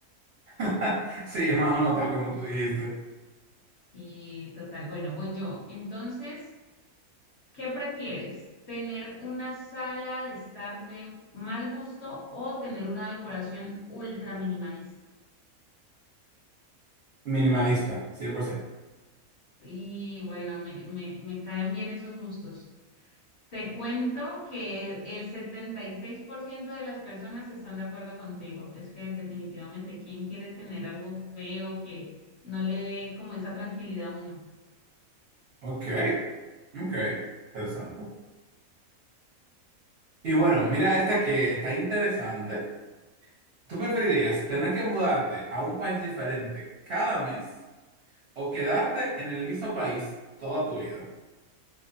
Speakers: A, on the right (about 55°); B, on the left (about 55°).
A: <laughs> Sí, es más o menos tal como tú dijiste.
B: Sí, total. Bueno, voy yo. Entonces, ¿qué prefieres? ¿Tener una sala de estar de mal gusto o tener una decoración ultra minimalista?
A: Minimalista, cien por ciento
B: Y bueno, me, me, me caen bien esos gustos. Te cuento que el 76% de las personas están de acuerdo contigo. Es que definitivamente, ¿quién quiere tener algo feo que no le dé como esa tranquilidad a uno?
A: Ok. Ok, interesante. Y bueno, mira esta que está interesante. ¿Tú preferirías tener que mudarte a un país diferente cada mes o quedarte en el mismo país toda tu vida?